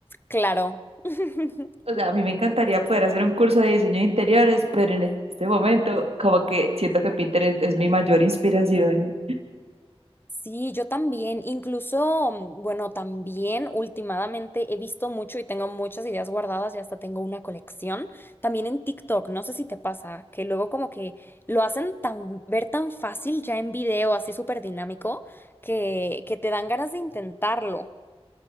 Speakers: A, on the left; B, on the right.
A: Claro. <laughs>
B: O sea, a mí me encantaría poder hacer un curso de diseño de interiores, pero en este momento como que siento que Pinterest es mi mayor inspiración.
A: Sí, yo también. Incluso, mm, bueno, también últimamente he visto mucho y tengo muchas ideas guardadas y hasta tengo una colección. También en TikTok, no sé si te pasa, que luego como que lo hacen tan, ver tan fácil ya en video, así súper dinámico, que, que te dan ganas de intentarlo.